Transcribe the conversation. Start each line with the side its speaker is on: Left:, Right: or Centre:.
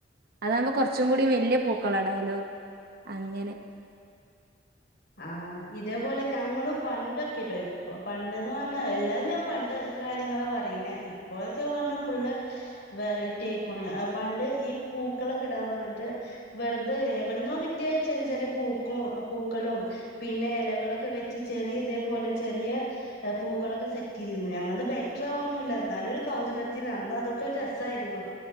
Right: അതാവുമ്പ കൊറച്ചും കൂടി വല്യ പൂക്കളം ഇടാലോ അങ്ങനെ
Left: ആ ഇതേപോലെ ഞങ്ങള് പണ്ടൊക്കെട്ടോ ഇപ്പ പണ്ടന്ന് പറഞ്ഞാ എല്ലാവരും. ഞാൻ പണ്ട് കാര്യങ്ങളെ പറയുന്നെ ഇപ്പോഴൊക്കെ പറഞ്ഞ ഫുള്ള് വെറൈറ്റി അയ് ക്കുണ്. പണ്ട് ഈ പൂക്കളൊക്കെ ഇടാന്ന് പറഞ്ഞിട്ട്. വെറുതെ എവിടന്ന കിട്ടിയ ചെറിയ ചെറിയ പൂക്കും പൂക്കളും. പിന്നെ ഇലകളൊക്കെ വെച്ച് ചെറിയ ഇതേപോലെ ചെറിയ പൂക്കളൊക്കെ സെറ്റ് ചയിദീന്ന്. ഞങ്ങളത് ബെറ്റർ വൊന്നുമില്ല എന്നാലും ഒരു കൗതുകത്തിന്. അന്ന് അതൊക്കെ രസാ യിരുന്നു.